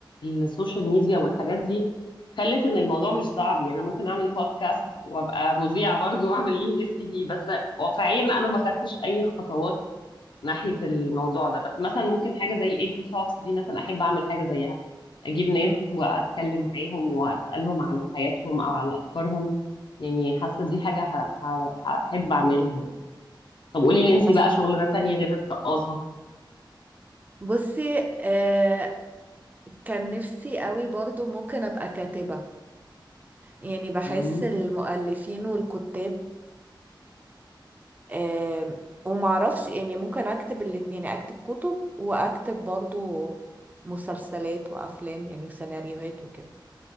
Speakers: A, on the left; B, on the right.
A: السوشيال ميديا والحاجات دي خلت ان الموضوع مش صعب يعني انا ممكن اعمل بودكاست وابقى مذيعة برضه واعمل اللي نفسي فيه بس واقعيا انا ما خدتش اي خطوات ناحية الموضوع ده بس مثلا ممكن حاجة زي اي بي توكس دي مثلا احب اعمل حاجة زيها اجيب ناس
B: مم.
A: واتكلم معاهم واسألهم على حياتهم او على افكارهم يعني حاسة دي حاجة ه- ه- هحب اعملها يعني طب قولي لي انتي
B: بس
A: بقى شغلانة تانية غير الرقاصة
B: بصي آه كان نفسي قوي برضو ممكن ابقى كاتبة يعني بحس
A: مم،
B: المؤلفين والكتاب آم، ومعرفش يعني ممكن اكتب الاتنين يعني اكتب كتب واكتب برضو مسلسلات وافلام يعني وسيناريوهات وكده